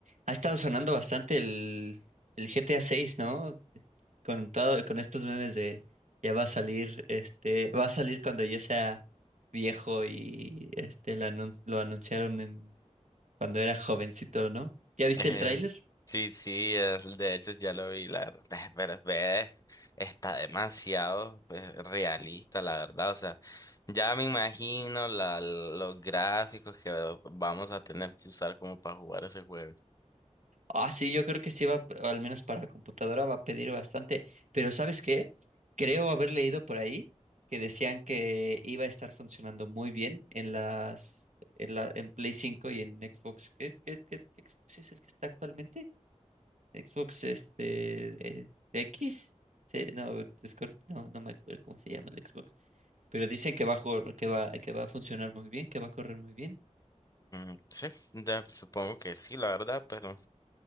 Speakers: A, on the right; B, on the left.
A: Ha estado sonando bastante el, el GTA 6, ¿no? Con todo, con estos memes de ya va a salir, este, va a salir cuando yo sea viejo y este lo, anun- lo anunciaron en, cuando era jovencito, ¿no? ¿Ya viste
B: Eh,
A: el tráiler?
B: sí, sí, es- de hecho ya lo vi, la <laughs> verdad. Pe- Pero ve, está demasiado pues, realista, la verdad. O sea, ya me imagino la, los gráficos que vamos a tener que usar como para jugar ese juego.
A: Ah, sí, yo creo que sí va, al menos para computadora va a pedir bastante, pero ¿sabes qué? Creo haber leído por ahí que decían que iba a estar funcionando muy bien en las en la en Play cinco y en Xbox. ¿Qué, qué, qué- qué Xbox es el que está actualmente? Xbox este eh, X. Sí, no, Scorp- no, no me acuerdo cómo se llama el Xbox, pero dicen que va a jor- que va que va a funcionar muy bien, que va a correr muy bien.
B: Mm, sí, de- supongo que sí, la verdad, pero